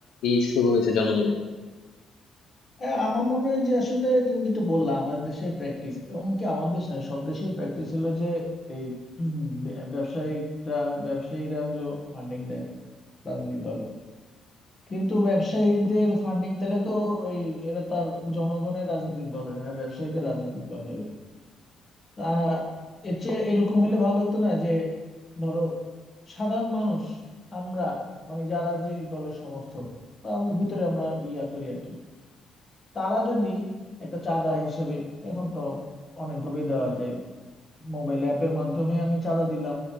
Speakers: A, on the left; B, on the left.
A: ই শুরু হয়েছে জনমনে
B: হ্যাঁ, আমার মনে হয় যে আসলে তুমি যেটা বললা আমাদের দেশের প্র্যাকটিস এমনকি আমাদের দেশ নয় সব দেশের প্র্যাকটিস হলো যে এই উম, ব্য- ব্যবসায়িকরা ব্যবসায়ীরা হলো ফান্ডিং দেয় রাজনৈতিক দলে কিন্তু ব্যবসায়ীদের ফান্ডিং তাহলে তো এই এরা তার জনগণের রাজনৈতিক দল না এরা ব্যবসায়ীদের রাজনৈতিক দল হয়ে গেল তা এর চেয়ে এরকম হলে ভালো হতো না যে ধরো সাধারণ মানুষ আমরা মানে যারা যে দলের সমর্থক বা আম- ভিতরে আমরা ইয়া করি আর কি তারা যদি একটা চাঁদা হিসাবে এখন তো অনেকভাবেই দেওয়া যায় মোবাইল অ্যাপের মাধ্যমে আমি চাঁদা দিলাম